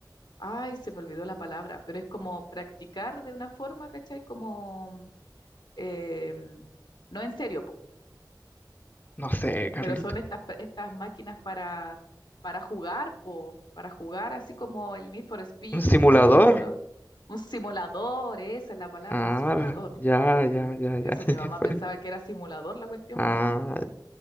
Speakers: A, on the left (about 75°); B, on the left (about 25°).
A: ay, se me olvidó la palabra, pero es como practicar de una forma, ¿cachai? Como, mm, eh, mm, no en serio, po,
B: No sé, Carlitos.
A: pero son estas, pr- estas máquinas para, para jugar, po, para jugar así como el Need for Speed,
B: ¿Un simulador?
A: por ejemplo, un simulador, esa es la palabra,
B: Ah,
A: un simulador.
B: ya, ya, ya, ya.
A: Eso,
B: <laughs>
A: mi mamá pensaba que era simulador la cuestión,
B: Ah,
A: po.